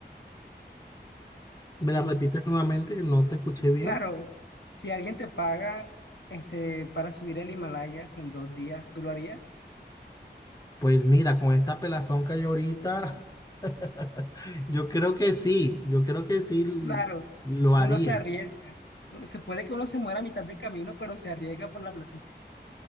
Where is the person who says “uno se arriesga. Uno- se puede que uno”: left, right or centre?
Left